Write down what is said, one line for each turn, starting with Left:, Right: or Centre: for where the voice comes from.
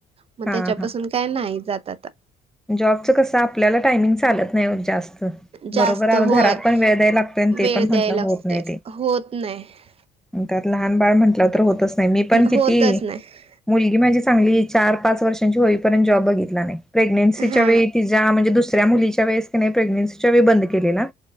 Right: मग
Centre: हा
Right: त्याच्यापासून
Centre: हा
Right: काय नाही जात आता
Centre: जॉबचं कसं आपल्याला टायमिंग चालत नाही जास्त
Right: जास्त
Centre: बरोबर आहे
Right: होय
Centre: घरात पण वेळ द्यायला लागतोय आणि
Right: वेळ
Centre: ते पण
Right: द्याय
Centre: म्हंटलं
Right: लागतोय
Centre: होत नाही ते
Right: होत नाही
Centre: लहान बाळ म्हंटलं तर होतच नाही मी पण किती
Right: होतच नाही
Centre: मुलगी माझी चांगली चार पाच वर्षांची होईपर्यंत जॉब बघितला नाही प्रेग्न्सीच्या
Right: हा
Centre: वेळी ति म्हणजे दुसऱ्या मुलीच्या वेळेस की नाही प्रेग्नेनसीच्या वेळी बंद केलेला